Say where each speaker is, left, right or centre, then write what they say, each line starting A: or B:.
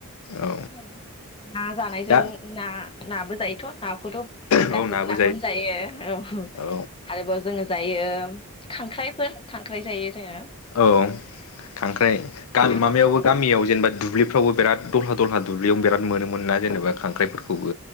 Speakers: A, on the left; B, on the left.
A: औ
B: <unintelligible> ना जानायजों
A: दा
B: ना नाबो जायोथ नाखौथ
A: औ
B: गासैबो
A: नाबो
B: नाखौनो जायो औ
A: औ
B: आरोबाव जोङो जायो खांख्राइफोर खांख्राइ जायो जोङो।
A: औ खांख्राइ गा
B: नाथुरफोर
A: माबायावबो गामियाव जेनेबा दुब्लिफ्रावबो बिराद दलहा दलहा दुब्लियाव बिराद मोनोमोन ना जेनेबा खांख्राइफोरखौबो